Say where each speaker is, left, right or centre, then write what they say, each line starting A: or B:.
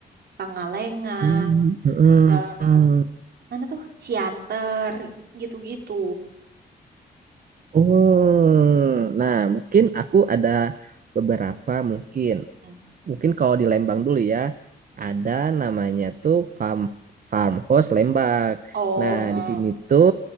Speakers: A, on the right; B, on the right.
A: Pangalengan,
B: Hmm, hmm,
A: terus
B: hmm.
A: mana tuh Ciater gitu-gitu.
B: Oh, nah mungkin aku ada beberapa mungkin.
A: Hmm.
B: mungkin kalau di Lembang dulu ya, ada namanya tuh farm farmhouse Lembang.
A: Oh,
B: Nah,
A: eh.
B: di sini tuh